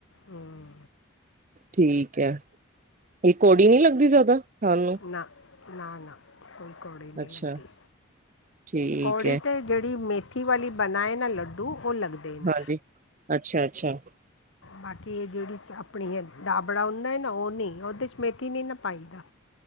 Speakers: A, on the left; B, on the right.
A: ਹਮ
B: ਠੀਕ ਹੈ ਇਹ ਕੌੜੀ ਨੀ ਲੱਗਦੀ ਜ਼ਿਆਦਾ ਤੁਹਾਨੂੰ
A: ਨਾ ਨਾ ਨਾ ਕੋਈ ਕੌੜੀ ਨਹੀਂ
B: ਅੱਛਾ
A: ਲੱਗਦੀ
B: ਠੀਕ
A: ਕੌੜੀ
B: ਹੈ,
A: ਤੇ ਜੇੜੀ ਮੇਥੀ ਵਾਲੀ ਬਣਾਏ ਨਾ ਲੱਡੂ ਉਹ ਲਗਦੇ ਨੇ
B: ਹਾਂਜੀ। ਅੱਛਾ-ਅੱਛਾ, ਅੱਛਾ
A: ਬਾਕੀ ਇਹ ਜਿਹੜੀ ਸ ਆਪਣੀ ਦਾਬੜਾ ਹੁੰਦਾ ਹੈ ਨਾ ਉਹ ਨਹੀਂ ਉਹਦੇ 'ਚ ਮੇਥੀ ਨਹੀਂ ਨਾ ਪਾਈਦਾ